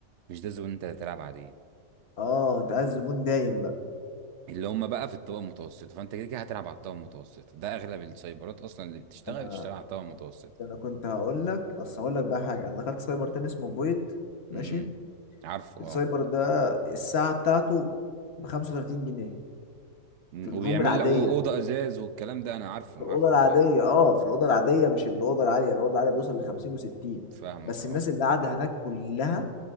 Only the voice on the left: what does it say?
اه أنت عايز زبون دايم بقى
أنا
أنا كنت هقول لك أصل هقول لك بقى حاجة أنا دخلت سايبر تاني اسمه فويد ماشي
السايبر ده الساعة بتاعته بخمسة وتلاتين جنيه
في الروم
العادية
في الاوضه
العاديه
اه في الاوضه العاديه مش الاوضه العاليه الاوضه العاليه بيوصل ل 50 و60
بس
الناس اللي قاعده هناك كلها